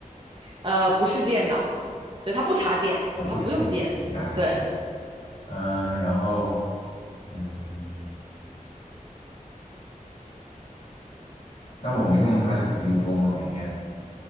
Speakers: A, on the right; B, on the left.
A: 呃，不是电脑，对，它不插电，
B: 哦，
A: 嗯，
B: 不插电，
A: 它不用电，
B: 对对，不插电，
A: 对。
B: 对，嗯、然后，嗯，那我们用它的频率多吗？每天？